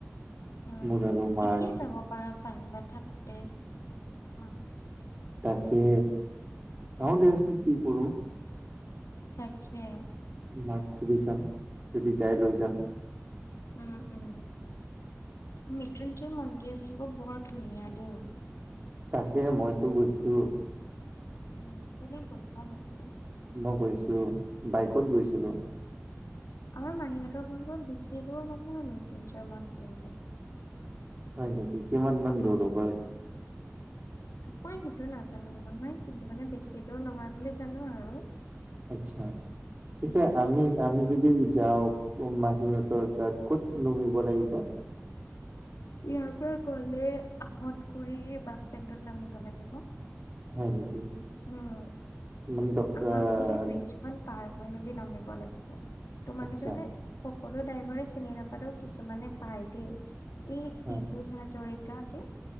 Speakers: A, on the left; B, on the right.
A: উম!
B: মোৰ আৰু মাৰ
A: এতিয়াই যাব পাৰা পাইল বা থাকোঁতে। অহ
B: তাকে চাওঁ দিয়াচোন, কি কৰোঁ।
A: তাকে।
B: মাক সুধি চাম, যদি যাই লৈ যাম।
A: উম! উম! মৃত্যুঞ্জয় মন্দিৰটো বৰ ধুনীয়া দেই।
B: তাকে, মইতো গৈছোঁ।
A: উম! তুমি গৈছা নেকি?
B: মই গৈছোঁ, বাইকত
A: অ
B: গৈছিলোঁ।
A: অ আমাৰ মাহীহঁতৰ ঘৰটো বেছি দূৰ নহয় মৃত্যুঞ্জয় মন্দিৰলৈ
B: হয় নেকি? কিমানমান
A: উম,
B: দূৰ হ'ব?
A: উম। মই সেইটো নাজানো নহয়, কিন্তু মানে বেছি দূৰ নহয় বুলি জানো আৰু।
B: আচ্ছা,
A: উম।
B: এতিয়া আমি আমি যদি যাও মাহীহঁতৰ তাত ক'ত নুমিব লাগিব?
A: ইয়াৰ পৰা গ'লে আহতগুৰি বাছ ষ্টেণ্ডত নামিব লাগিব।
B: হয় নেকি?
A: উম!
B: মানে ডক্তৰ
A: আহতগুৰি ব্ৰীজখন পাৰ হৈ মেলি নামিব লাগিব। তোমালোকে
B: আচ্ছা
A: মানে সকলো ড্ৰাইভৰে চিনি নাপালেও, কিছুমানে পায় দেই। এই পীয়ুষ
B: হয়
A: হাজৰি যে